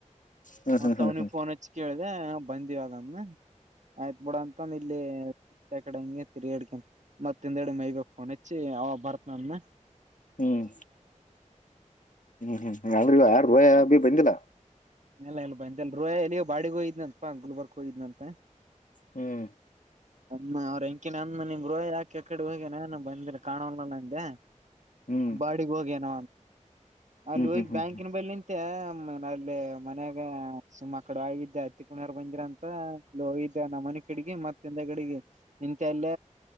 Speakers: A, on the left (about 80°); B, on the right (about 65°).
A: ಹ್ಮ್
B: ಮತ್ವ್ನಿಿಗೆ
A: ಹ್ಮ್ ಹ್ಮ್
B: ಫೋನ್ ಹಚ್ ಕೇಳ್ದ ಬಂದಿವಾಗಮ್ಮ ಆಯ್ತ್ ಬಿೇಡ ಅಂತಂದ ಇಲ್ಲಿ ಕಡೆ ಹಗೆ ತಿರಿಾಡ್ಕನ್ ಮತ್ ತಿಂದೆಡು ಮೈಗ ಫೋನ್ ಹೆಚ್ಚಿ ಅವ ಬರ್ತ್ಂದ
A: ಹ್ಮ್ ಹ್ಮ್ ಹ್ಮ್ ಅ್ರೂ ಆರ್ ದೋಯ ಭೀ ಬಂದಿಲ್ಲ
B: ಎಲ್ಲ ಇಲ್ ಬಾ ಎ ರೋಯ ಎಲ್ಲಿಯೋ ಬಾಡಿಿಗೆ ಹೋಗಿದ್ನಪ ಗುಲ್ಬರ್ಗ್ ಹೋಗಿದ್ನಂತ
A: ಹ್ಮ್
B: ಅಮ್ಮ ಅವ್ರ ಹೆಂಕಿನ ಅಂದ ನಿಮ್ ಗೃೋಿಾಕಿ ಅ ಕಡೆ ಹೋಗಿನ ಬಂದಿ ಕಾಣೋಲ್ಲಲ್ಲಂದೆ
A: ಹ್ಮ್
B: ಬಾಡಗ್ ಹೋಗೇನ ಅಲ್ಲಿ
A: ಹ್ಮ್
B: ಹೋಗಿ
A: ಹ್ಮ್ ಹ್ಮ್
B: ಬ್ಯಾಂಕಿನ
A: ಹ್ಮ್
B: ಬಳ ನಿಂತ ಹ್ಮ ನ್ದೇ ಮನ್ಯಾಗ ಸುಮ್ಮ್ ಆ ಕಡೆ ಆಗಿದ್ದೆ ಹತ್ತಿ ಕುಣಾರ್ ಬಂದಿರ ಅಂತ ಹೋಗಿದ್ದೆ ನಮ್ಮ ಮನೆ ಕಿಡಗಿ ಮತ್ತೆ ಕಡೆಗೆ ನಿಂತ ಎಲ್ಲ